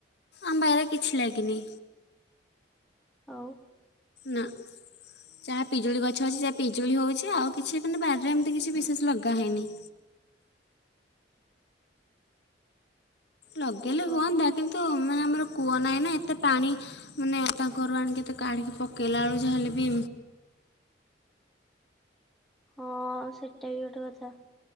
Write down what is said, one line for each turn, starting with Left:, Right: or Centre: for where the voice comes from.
Left: ଆମ ବାଇରେ କିଛି ଲାଗିନି।
Centre: ଆଉ
Left: ନାଁ। ଯାହା ପିଜୁଳି ଗଛ ଅଛି ଯାହା ପିଜୁଳି ହୋଉଚି। ଆଉ କିଛି ମାନେ ବାରିରେ ଏମିତି କିଛି ବିଶେଷ କିଛିଲଗା ହେଇନି। ଲଗେଇଲେ
Centre: ଓହୋ
Left: ହୁଅନ୍ତା। କିନ୍ତୁ ମାନେ ଆମର କୂଅ ନାହିଁ ନା ଏତେ ପାଣି ମାନେ ତାଙ୍କ ଘରୁ ଆଣିକି ଏତେ କାଢିକି ପକେଇଲା ବେଳୁ ଯାହା ହେଲେ ବି
Centre: ହଁ ସେଟା ବି ଗୋଟେ କଥା।